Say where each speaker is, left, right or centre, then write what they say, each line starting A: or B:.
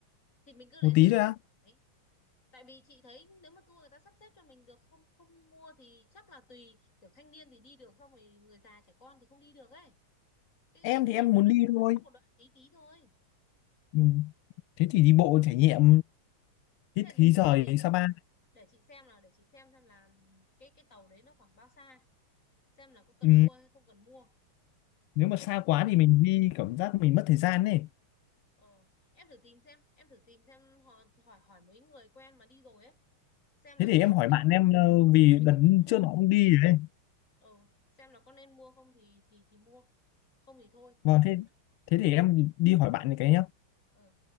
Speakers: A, on the left; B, on the left.
A: thì mình cứ lấy
B: một
A: đấy
B: tí thôi
A: là
B: á
A: mình hỏi tại vì chị thấy nếu mà tour người ta sắp xếp cho mình được không không mua thì chắc là tùy kiểu thanh niên thì đi được xong rồi người già trẻ con thì không đi được ấy cái
B: em
A: cái
B: thì
A: tàu
B: em
A: đấy
B: muốn
A: nó
B: đi
A: chỉ
B: thôi
A: ngắn một đoạn tí tí thôi
B: ừ. thế thì đi bộ trải nghiệm
A: thế
B: hít khí
A: để chị
B: trời
A: tìm
B: Sapa
A: để chị xem là để chị xem xem là cái cái tàu đấy nó khoảng bao xa xem là có cần
B: ừ.
A: mua hay không cần mua
B: nếu mà
A: em
B: xa
A: thử tìm
B: quá thì mình đi cảm giác mình mất thời gian ấy
A: ờ, em thử tìm xem em thử tìm xem họ hỏi hỏi mấy người quen mà đi rồi ấy xem là
B: thế thì
A: cái tàu
B: em hỏi
A: đấy
B: bạn
A: nó,
B: em
A: nó
B: ờ, vì
A: mình
B: đợt
A: có nên mua
B: trước
A: không
B: nó cũng đi đấy
A: ờ xem là có nên mua không thì thì thì mua không thì thôi
B: Vâng, thế
A: nhá.
B: thế thì em đi hỏi bạn này cái nhá.
A: Ờ.